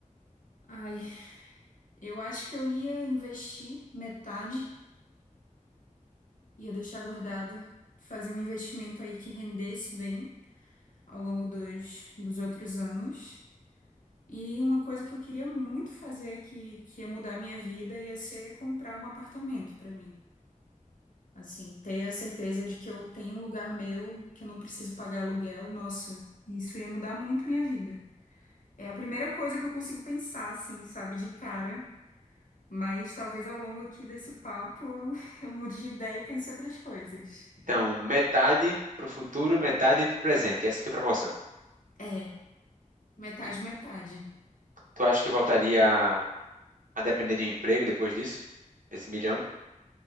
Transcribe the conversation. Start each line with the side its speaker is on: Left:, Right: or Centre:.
Left: Ai, eu acho que eu ia investir metade, ia deixar guardado, fazer um investimento aí que rendesse bem ao longo dos, dos outros anos. E uma coisa que eu queria muito fazer, que, que ia mudar a minha vida, ia ser comprar um apartamento para mim. Assim, ter a certeza de que eu tenho um lugar meu, que eu não preciso pagar aluguel, nossa, isso ia mudar muito minha vida. É a primeira coisa que eu consigo pensar, assim, sabe, de cara. Mas talvez ao longo aqui desse papo eu, <laughs> eu mude de ideia e pense em outras coisas.
Right: Então, metade pro futuro, metade pro presente. Essa é a tua proporção.
Left: É, metade,
Right: Tu,
Left: metade.
Right: tu acha que voltaria a, a depender de um emprego depois disso? desse milhão?